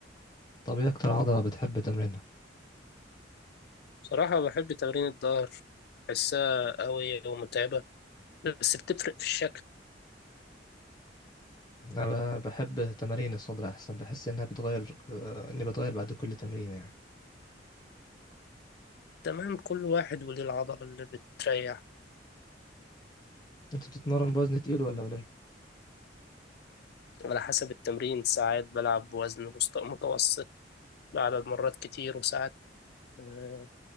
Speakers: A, on the left (about 20°); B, on the left (about 60°).
A: طب ايه اكتر عضلة بتحب تمرينها
B: صراحة بحب تمرين الظهر بحسها قوية ومتعبة بس بتفرق في الشكل
A: انا بحب تمارين الصدر احسن بحس انها بتغير آه، اني بتغير بعد كل تمرين يعني
B: تمام كل واحد وليه العضلة اللي بتريح
A: انت بتتمرن بوزن تقيل ولا قليل
B: على حسب التمرين ساعات بلعب بوزن مست- متوسط بعدد مرات كتير وساعات آه،